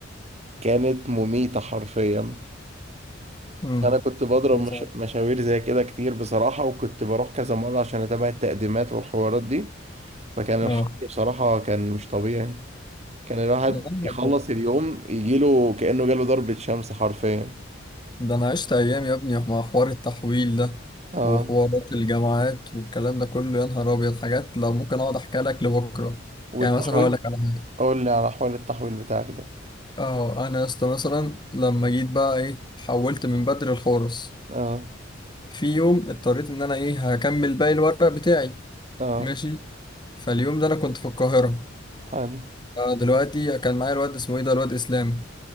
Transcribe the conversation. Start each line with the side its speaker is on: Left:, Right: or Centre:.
Right: كانت مميتة حرفيا
Left: امم
Right: فانا كنت بضرب
Left: حوار
Right: مش...
Left: صعب
Right: مشاوير زي كده كتير بصراحة وكنت بروح كذا مرة عشان اتابع التقديمات والحوارات دي فكان
Left: اه
Right: الحر بصراحة كان مش طبيعي كان الواحد
Left: لا
Right: يخلص اليوم يجيله كأنه جاله ضربة شمس حرفيا
Left: ده انا عشت ايام يا ابني مع حوار التحويل ده
Right: اه
Left: وحوارات الجامعات والكلام ده كله يا نهار ابيض حاجات لو ممكن اقعد احكي لك لبكره
Right: والتحويل
Left: يعني مثلا هقول لك على حاجه
Right: قول لي على حوار التحويل بتاعك ده
Left: اه انا يا اسطى مثلا لما جيت بقى ايه حولت من بدر الحورس
Right: اه
Left: في يوم اضطريت ان انا ايه هكمل باقي الورق بتاعي
Right: اه
Left: ماشي فاليوم ده انا كنت في القاهره
Right: حلو
Left: آه، دلوقتي كان معايا الواد اسمه ايه ده الواد اسلام